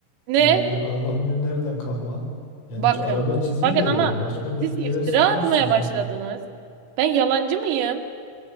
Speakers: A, on the right; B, on the left.
A: Ne?
B: Ee, Allah bilir nereden kalma. Yani
A: Bakın.
B: hiç araba çiziği
A: Bakın
B: değil
A: ama
B: yani. Başka bir,
A: siz
B: şey- bir
A: iftira
B: yere sürtmüşsünüz
A: atmaya başladınız.
B: bir yer.
A: Ben yalancı mıyım?